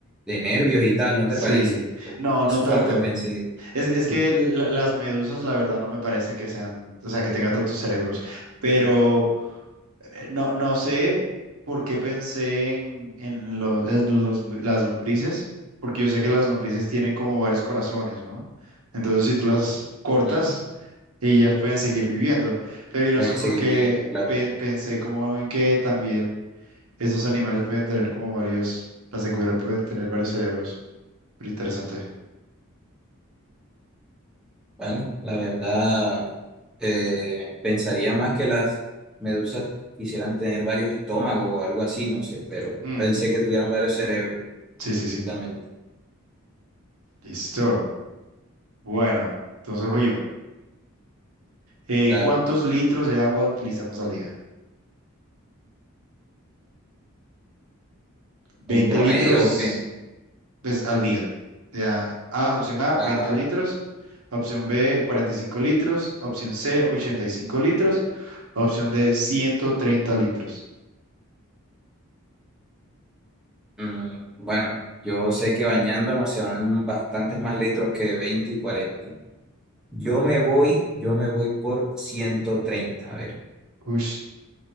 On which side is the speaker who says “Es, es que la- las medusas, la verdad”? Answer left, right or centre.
Right